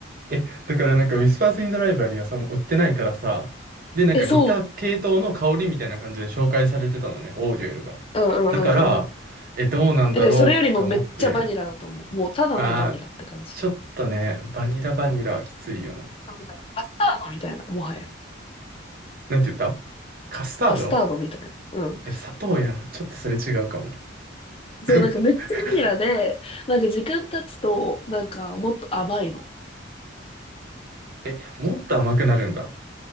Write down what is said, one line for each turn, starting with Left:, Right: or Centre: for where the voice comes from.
Right: え、だからなんか、ウィスパーズ・イン・ザ・ライブラリーはさ、もう売ってないからさ、で、なんか似た系統の香りみたいな感じで紹介されてたのね、
Left: え、そ
Right: オーデュエルが。
Left: う。うんうんうんうん。
Right: だから、え、どうなんだろうって思って、
Left: え、でもそれよりもめっちゃバニラだと思う。もうただのバニラって感じ。
Right: あー、ちょっとね、バニラバニラはきついよね。
Left: なんかカスタードみたいな、もはや。
Right: なんて言ったカスタード
Left: カスタードみたいな。うん。
Right: え、砂糖やん。ちょっとそれ違うかも。
Left: そう、なんかめっちゃバニラで、
Right: <laughs>
Left: なんか時間経つと、なんかもっと甘いの。
Right: え、もっと甘くなるんだ。